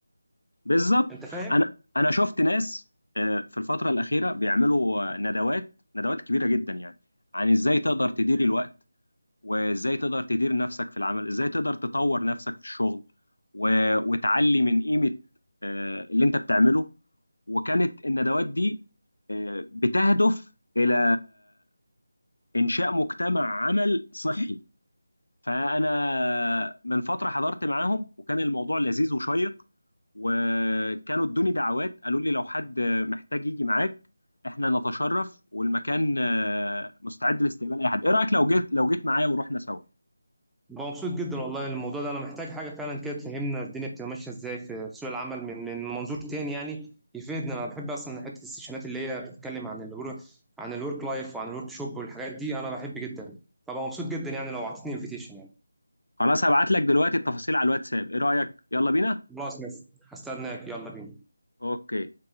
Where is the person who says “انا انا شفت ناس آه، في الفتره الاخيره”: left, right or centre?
Left